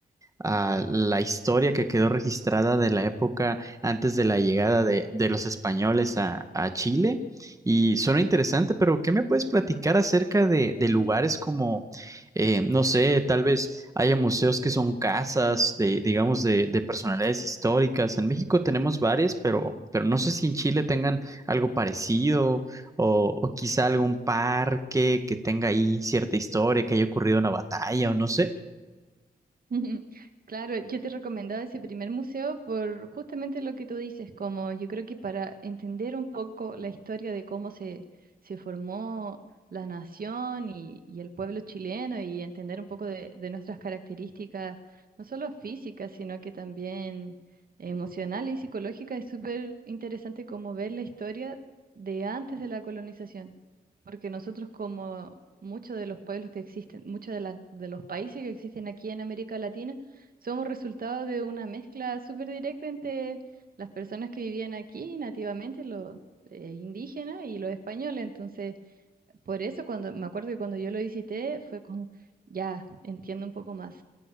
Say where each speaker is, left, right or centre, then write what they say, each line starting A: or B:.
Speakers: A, on the right; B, on the right.
A: a la historia que quedó registrada de la época antes de la llegada de, de los españoles a, a Chile. Y suena interesante, pero ¿qué me puedes platicar acerca de, de lugares como, eh, no sé, tal vez haya museos que son casas de, digamos, de, de personalidades históricas? En México tenemos varias, pero, pero no sé si en Chile tengan algo parecido o, o quizá algún parque que tenga ahí cierta historia, que haya ocurrido una batalla o no sé.
B: <laughs> Claro, yo te recomendaba ese primer museo por justamente lo que tú dices, como yo creo que para entender un poco la historia de cómo se, se formó la nación y, y el pueblo chileno y entender un poco de, de nuestras características, no solo físicas, sino que también emocionales y psicológicas, es súper interesante como ver la historia de antes de la colonización, porque nosotros como muchos de los pueblos que existen, muchos de, la- de los países que existen aquí en América Latina, somos resultado de una mezcla súper directa entre las personas que vivían aquí nativamente, los eh, indígenas y los españoles. Entonces, por eso cuando me acuerdo que cuando yo lo visité fue como, ya entiendo un poco más